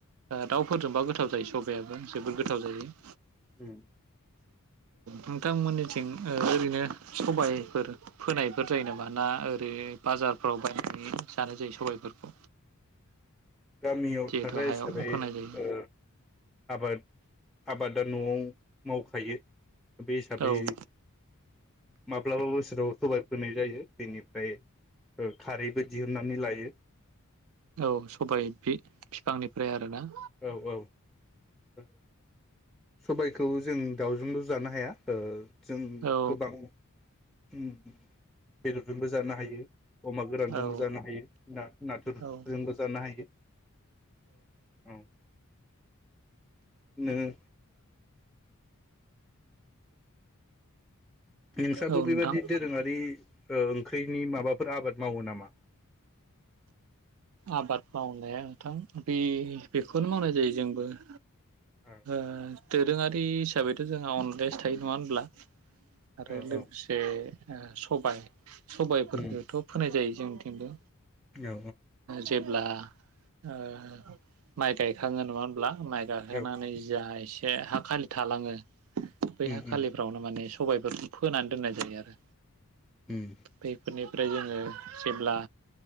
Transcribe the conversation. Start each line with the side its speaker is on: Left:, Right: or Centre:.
Right: दाउफोरजोंबा गोथाव जायो सब <unintelligible> बो जोबोद गोथाव जायो । औ
Centre: उम
Right: नोंथांमोननि थिं ओरैनो सबायफोर फोनायफोर जायो नामा ना ओरै बाजारफ्राव बायनानै जानाय जायो सबायाइफोरखौ?
Centre: गामियाव
Right: जिहेथु
Centre: थाग्रा
Right: हायाव
Centre: हिसाबै ओ
Right: फोनाय जायो
Centre: आबाद आबाद दा नआव मावखायो । बे हिसाबै
Right: औ
Centre: माब्लाबाबो <unintelligible> सबाय फोनाय जायो बेनि फ्राय खारै बो दिहुननानै लायो
Right: औ सबाइ बि फिफांनिफ्राय आरो ना?
Centre: औ औ । सबायखौ जों दाउजोंल जानो हाया ओ जों
Right: औ
Centre: गोबां <unintelligible> बेदरजोंबो जानो हायो अमा गोरानजोंबो
Right: औ
Centre: जानो हायो नाथुरजोंबो
Right: औ
Centre: जानो हायो, औ। नोङो नोंस्राबो
Right: नोंथां
Centre: बेबादि दोरोङारि ओ ओंख्रिनि माबाफोर आबाद मावो नामा?
Right: आबाद मावनाया नोंथां बे बेखौनो मावनाय जायो जोंबो ओ
Centre: ओ
Right: दो दोरोङारि हिसाबैथ' जोंहा अनलायासो थायो नङा होनब्ला आरो
Centre: ओ
Right: लोगोसे
Centre: ओ
Right: ओ सबाय सबायाइफोरखौथ
Centre: उम
Right: फोनाय जायो जोंथिंबो
Centre: औ
Right: जेब्ला ओ माइ गायखाङो नङा होनब्ला? माइ गाइखांनानै
Centre: औ
Right: जा एसे से हा खालि थालाङो बै
Centre: उम
Right: हा खालिफ्रावनो
Centre: उम
Right: माने सबायाइफोर फोनानै दोननाय जायो आरो
Centre: उम
Right: बेफोरनिफ्राय जोङो सिमला